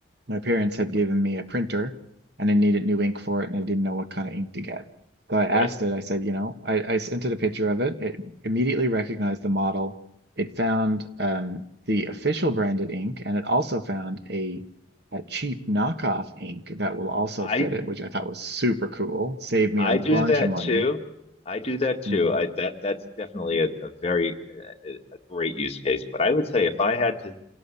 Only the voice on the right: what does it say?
my parents had given me a printer and I needed new ink for it and I didn't know what kind of ink to get. So I asked
it, I said, you know, I, I sent it a picture of it. It immediately recognized the model. It found um, the official branded ink and it also found a a cheap knockoff ink that will also
fit it, which I thought was super cool. Saved me
a bunch
of money.
Mm,